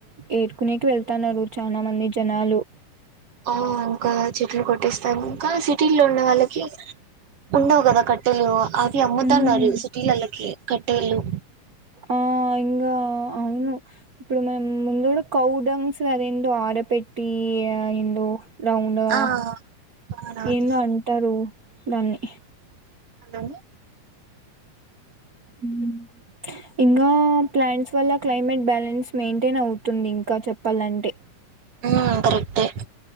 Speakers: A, on the right; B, on the right.
A: ఏరుకునేకి వెళ్త్ తనరు చాలా మంది జనాలు
B: ఆ ఇంకా చెట్లు కొట్టేస్తారు ఇంకా సిటీల్లో ఉన్న వాళ్ళకి ఉండవు గదా కట్టెలు అవి అమ్ముతన్నారు
A: హ్మ్
B: సిటీలల్లకి కట్టేలు
A: ఆ ఇంగా అవును ఇప్పుడు మనం ముందు గుడ కౌడంగ్స్ అదేందో ఆడ పెట్టి ఏందో రౌండ్గా
B: ఆ అవునవును
A: ఏందో అంటారు దాన్ని
B: హలో
A: హ్మ్ ఇంగా ప్లాంట్స్ వల్ల క్లైమేట్ బ్యాలెన్స్ మెయింటైన్ అవుతుంది ఇంకా చెప్పాలంటే
B: ఆ కరెక్టే